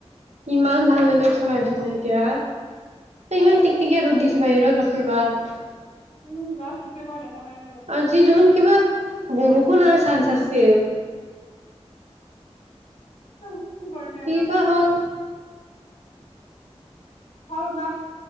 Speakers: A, on the right; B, on the left.
A: ইমান ভাল <unintelligible> চলাইছে নে এতিয়া।
B: তাকেতো
A: ইমান টিক টিকে ৰ'দ দিছো বাহিৰত বাপৰে বাপ।
B: উম, গছ <unintelligible> দেখা পাই আছো ৰ'।
A: আজি দেখোন কিবা বৰষুণ আহা চান্স আছে।
B: বাও কৰিবি
A: কি
B: আৰু
A: বা হ'ল?
B: হ'ল মাক